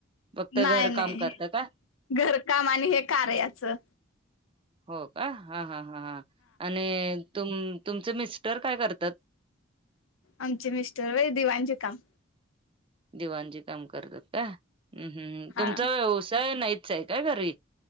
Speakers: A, on the right (about 25°); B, on the left (about 85°).
A: फक्त
B: नाही
A: घरकाम
B: नाही,
A: करता का?
B: घरकाम आणि हे कार्याचं.
A: हो का?,, हा हा हा हा, आणि तुम, तुमचे मिस्टर काय करतात?
B: आमचे मिस्टर वय, दिवांनचे काम.
A: दिवाणजी काम करतात काय, हम् हम्,,
B: हा
A: तुमचा व्यवसाय नाहीच आहे काय घरी?